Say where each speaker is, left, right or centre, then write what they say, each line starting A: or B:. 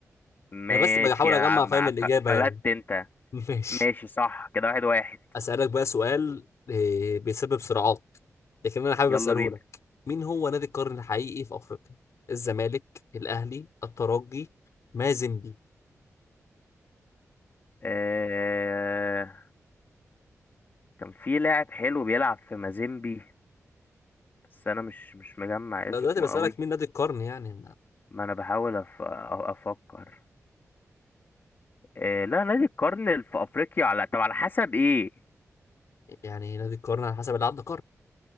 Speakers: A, on the left; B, on the left.
A: ماشي
B: انا بس بحاول
A: يا
B: اجمع
A: عم
B: فاهم الاجابه
A: ف- فلت
B: يعني
A: انت
B: <laughs> ماشي
A: ماشي صح كده واحد واحد
B: اسالك بقى سؤال آه، بيسبب صراعات لكن انا حابب
A: يلا
B: اساله
A: بينا
B: لك مين هو نادي القرن الحقيقي في افريقيا الزمالك الاهلي الترجي مازيمبي
A: آه... كان في لاعب حلو بيلعب في مازيمبي بس انا مش مش مجمع
B: انا
A: اسمه
B: دلوقتي بسالك
A: قوي
B: مين نادي القرن يعني
A: ما انا بحاول أف... أ- افكر آه... لا نادي القرن اللي في افريقيا على طب على حسب ايه
B: يعني نادي القرن على حسب اللي عدى قرن